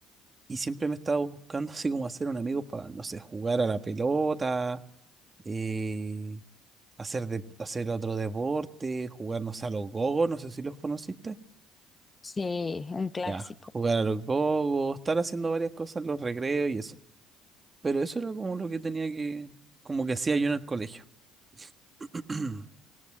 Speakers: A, on the right; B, on the left.
A: y siempre me estaba buscando <laughs> así como hacer un amigo para, no sé, jugar a la pelota, eh, hacer, de, hacer otro deporte, jugarnos a los gogos, no sé si los conociste.
B: Sí, un clásico.
A: Ya, jugar a los gogos, estar haciendo varias cosas en los recreos y eso. Pero eso era como lo que tenía que, como que hacía yo en el colegio. <clears throat>